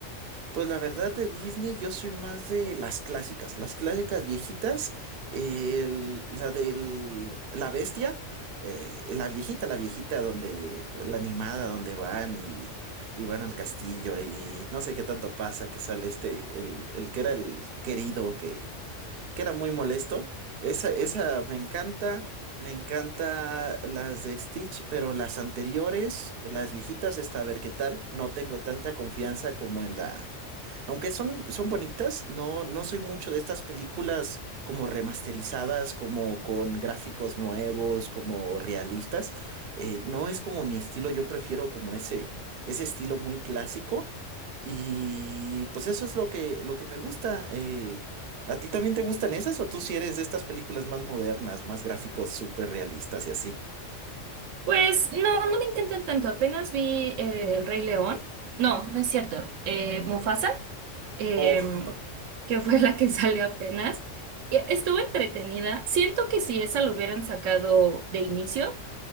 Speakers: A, on the right; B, on the right.
A: Pues la verdad de Disney yo soy más de las clásicas, las clásicas viejitas, eh, el- la del la bestia, eh, la viejita, la viejita donde la animada donde van y, y van al castillo y no sé qué tanto pasa que sale este el, el que era el querido que que era muy molesto. Esa, esa me encanta. Me encanta las de Stitch, pero las anteriores, las viejitas, esta, a ver qué tal. No tengo tanta confianza como en la... Aunque son, son bonitas, no, no soy mucho de estas películas como remasterizadas, como con gráficos nuevos, como realistas. Eh, no es como mi estilo, yo prefiero como ese, ese estilo muy clásico. Y pues eso es lo que, lo que me gusta. eh, ¿A ti también te gustan esas o tú si eres de estas películas más modernas, más gráficos, súper realistas y así?
B: Pues no, no me intentan tanto. Apenas vi eh, El Rey León. No, no es cierto. Eh, Mufasa, em,
A: Oh, <laughs>
B: que fue la que <laughs> salió apenas. Y estuvo entretenida. Siento que si esa lo hubieran sacado de inicio,